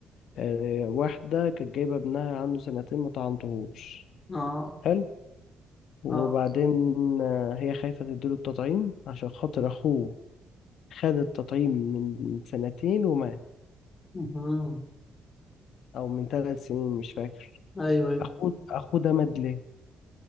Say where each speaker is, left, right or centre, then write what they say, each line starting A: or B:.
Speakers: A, on the left; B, on the left.
A: آه، واحدة كانت جايبة ابنها عنده سنتين ما طعنتهوش
B: اه
A: حلو وبعدين
B: اه
A: آه، هي خايفة تديله التطعيم عشان خاطر أخوه خد التطعيم من سنتين ومات
B: مهم.
A: أو من ثلاث سنين مش فاكر
B: ايوه ايوه
A: أخوه أخوه ده مات ليه؟